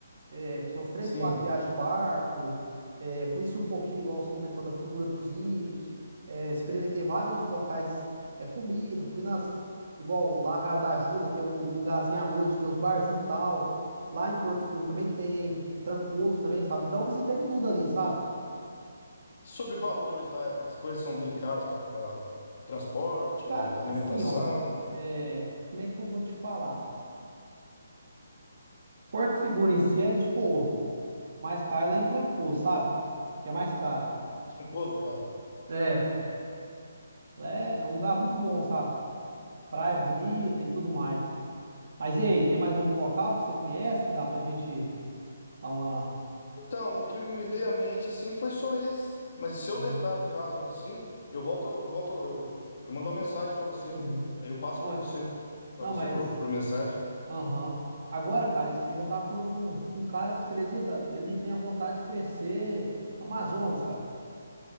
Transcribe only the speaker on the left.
Sim.
E sobre valores lá, as coisas são bem caras para transporte,
alimentação,
trancoso, cara.
Então, o que o que me veio à mente, sim, foi só esse. Mas se
eu lembrar, no caso, assim, eu volto, eu volto, eu, eu mando uma mensagem para você.
Aí eu passo
para
você, para
você
por, por mensagem.